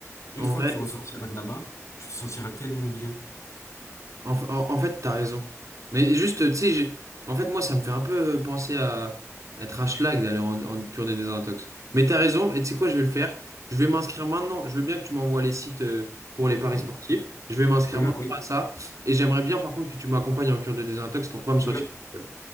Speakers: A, on the left; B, on the right.
A: et
B: en
A: une fois
B: vrai,
A: que tu ressortiras de là-bas, tu te sentiras tellement bien.
B: En, en, en fait, t'as raison. Mais juste, tu sais, j'ai- en fait, moi, ça me fait un peu penser à être un schlag d'aller en, en cure des désintox. Mais t'as raison, et tu sais quoi, je vais le faire. Je vais m'inscrire maintenant. Je veux bien que tu m'envoies les sites euh, pour les paris
A: Hmm.
B: sportifs. Je vais m'inscrire
A: Regarde,
B: maintenant
A: regarde,
B: à ça. Et j'aimerais bien, par contre, que tu m'accompagnes en cure de désintox pour pas me sentir.
A: regarde
B: seul.